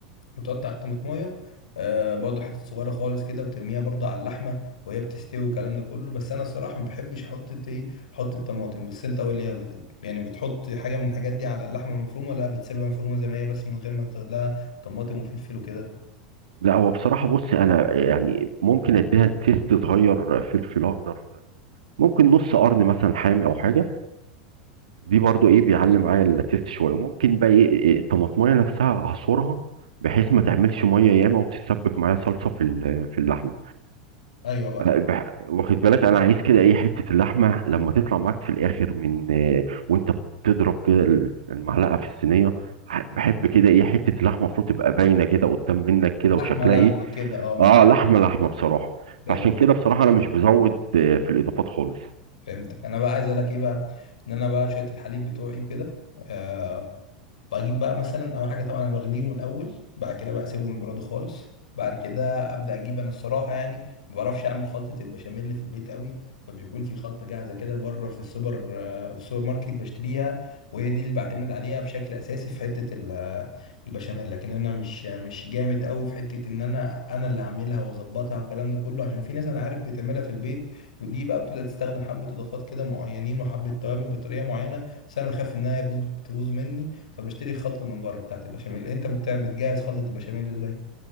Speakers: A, on the left; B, on the right.
A: وتقطع الطماطمايه آه، برضه حتت صغيره خالص كده وترميها برضه على اللحمه وهي بتستوي والكلام ده كله بس انا الصراحه ما بحبش احط ايه احط الطماطم بس انت قول لي بت- يعني بتحط حاجه من الحاجات دي على اللحمه المفرومه لا بتسيبها مفرومه زي ما هي بس من غير ما تقول لها طماطم وفلفل وكده
B: لا هو بصراحه بص انا يعني ممكن اديها تيست صغير فلفل اخضر ممكن نص قرن مثلا حامي او حاجه دي برضو ايه بيعلي معايا التيست شويه ممكن بقى ايه إيه الطماطميه نفسها اعصرها بحيث ما تعملش ميه ياما وتتسبك معايا صلصه في ال- في اللحمه
A: ايوه بقى
B: انا بح... واخد بالك انا عايز كده اي حته اللحمه لما تطلع معاك في الاخر من آه، وانت بتضرب كده ال- المعلقه في الصينيه ح- بحب كده ايه حته اللحمه المفروض تبقى باينه كده قدام منك كده
A: لحمه
B: وشكلها
A: لحمه
B: ايه
A: كده اه ما
B: اه لحمه لحمه بصراحه
A: فهمت
B: فعشان كده بصراحه انا مش بزود آه، في الاضافات خالص
A: فهمتك انا بقى عايز اقول لك ايه بقى ان انا بقى شويه الحليب بتوعي وكده آه، بجيب بقى مثلا اول حاجه طبعا انا بغليهم الاول بعد كده بقى اسيبهم يبردوا خالص بعد كده ابدا اجيب انا الصراحه يعني ما بعرفش اعمل خلطه البشاميل اللي في البيت قوي فبيكون في خلطه جاهزه كده بره في السوبر آه، في السوبر ماركت بشتريها وهي دي اللي بعتمد عليها بشكل اساسي في حته ال- آه، البشاميل لكن انا مش مش جامد قوي في حته ان انا انا اللي اعملها واظبطها والكلام ده كله عشان في ناس انا عارف بتعملها في البيت ودي بقى بتبدا تستخدم حبه اضافات كده معينين وحبه توابل بطريقه معينه بس انا بخاف انها تبوظ تبوظ مني فبشتري خلطة من بره بتاعت البشاميل انت بت- بتجهز خلطة البشاميل ازاي؟